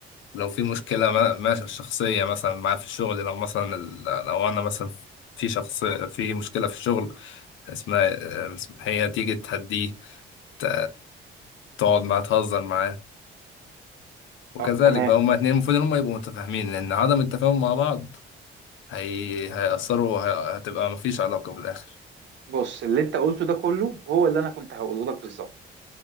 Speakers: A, on the left (about 75°); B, on the right (about 65°).
A: لو في مشكلة ما ما- شخصية مثلا معاه في الشغل لو مثلا ال- لو انا مثلا في شخص في مشكلة في الشغل اسمها اسم- هي تيجي تهديه ت- تقعد معاه تهزر معاه وكذلك
B: اه تمام
A: بقى هما اتنين المفروض ان هما يبقوا متفاهمين لان عدم التفاهم مع بعض هي... هيأثروا هي... هتبقى مفيش علاقة في الآخر
B: بص اللي انت قلته ده كله هو اللي انا كنت هقوله لك بالظبط